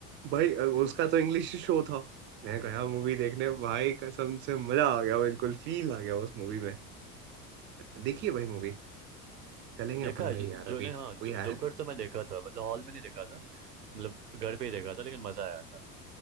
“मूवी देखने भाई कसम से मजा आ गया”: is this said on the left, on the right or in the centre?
Right